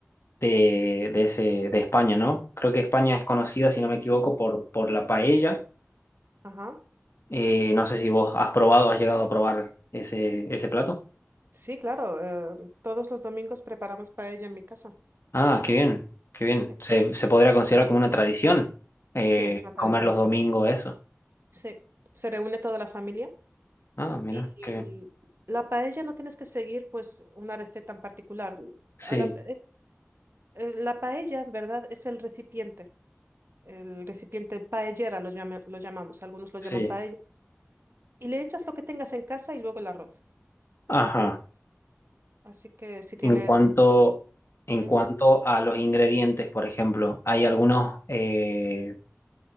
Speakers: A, on the left; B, on the right.
A: de, de ese, de España, ¿no? Creo que España es conocida, si no me equivoco, por, por la paella
B: Ajá.
A: Eh, no sé si vos has probado, has llegado a probar ese, ese plato.
B: Sí, claro, eh, todos los domingos preparamos paella en mi casa.
A: Ah, qué bien, qué bien.
B: Sí,
A: Se, se podría considerar como una tradición eh,
B: sí, es una tradición.
A: comer los domingos eso.
B: Sí, se reúne toda la familia
A: Ah, mira,
B: y,
A: qué bien.
B: y la paella no tienes que seguir pues una receta en particular.
A: Sí,
B: A la, es- eh, la paella, en verdad, es el recipiente, el recipiente paellera lo llama- lo llamamos, algunos lo llaman
A: sí.
B: paella. Y le echas lo que tengas en casa y luego el arroz.
A: Ajá.
B: Así que si tienes...
A: En cuanto, en
B: ujú.
A: cuanto a los ingredientes, por ejemplo, hay algunos eh,